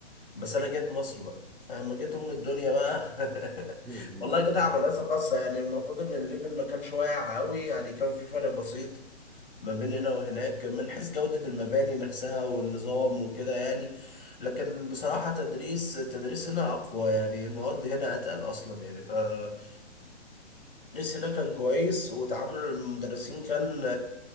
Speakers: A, on the left; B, in the centre.
A: بس أنا جيت مصر بقى فلما جيت أم الدنيا بقى <laughs>
B: <laughs> ام
A: والله
B: الدنيا
A: جيت على مدرسة خاصة يعني المفروض إن الليفل ما كانش واقع قوي يعني كان في فرق بسيط ما بين هنا وهناك من حيث جودة المباني نفسها والنظام وكده يعني لكن بصراحة تدريس التدريس هنا أقوى يعني المواد هنا أتقل أصلا يعني فالتدريس هنا كان كويس وتعامل المدرسين كان